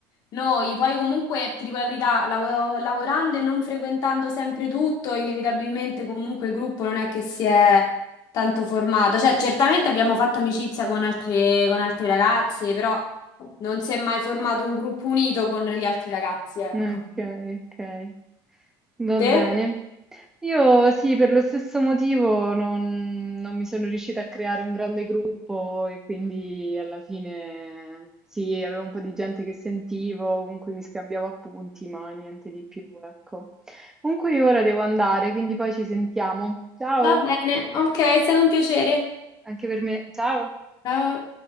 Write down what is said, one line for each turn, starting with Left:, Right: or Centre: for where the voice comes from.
Left: noi. Poi comunque, ti dico la verità, lav- lavorando e non frequentando sempre tutto, inevitabilmente
Centre: Certo.
Left: comunque il gruppo non è che si è tanto formato. Cioè, certamente abbiamo fatto amicizia con altre, con altre ragazze, però non si è mai formato un gruppo unito con gli altri ragazzi, ecco.
Centre: Ok, ok. Va
Left: Te?
Centre: bene. Io sì, per lo stesso motivo non, non mi sono riuscita a creare un grande gruppo e quindi alla fine sì, avevo un po' di gente che sentivo, con cui mi scambiavo appunti, ma niente di più, ecco. Comunque io ora devo andare, quindi poi ci sentiamo. Ciao!
Left: Va bene, ok, è stato un piacere.
Centre: Anche per me. Ciao.
Left: Ciao.